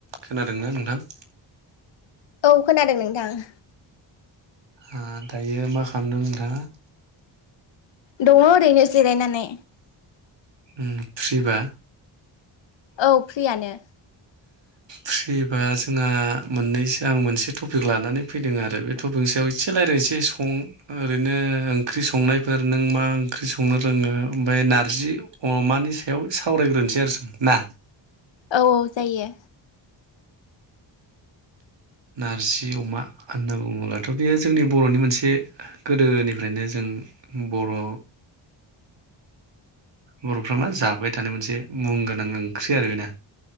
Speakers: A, on the right; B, on the left.
A: खोनादोंना नोंथां?
B: औ खोनादों नोंथां
A: ओ दायो मा खालामदों नोंथाङा?
B: दङ ओरैनो जिरायनानै।
A: उम फ्रिबा
B: औ फ्रियानो।
A: फ्रिबा जोंहा मोननैसो आं मोनसे टपिक लानानै फैदों आरो बे टपिक सायाव एसे रायज्लायनोसै सं ओरैनो ओंख्रि संनायफोर नों मा ओंख्रि संनो रोङो ओमफ्राय नारजि अमानि सायाव सावरायग्रोनोसै आरो जों ना।
B: औ औ जायो।
A: नारजि अमा होनना बुङोब्लाथ' बेयो जोंनि बर'नि मोनसे गोदोनिफ्रायनो जों बर' बर'फोरा मा जाबाय थानाय मोनसे मुं गोनां ओंख्रि आरो बेना।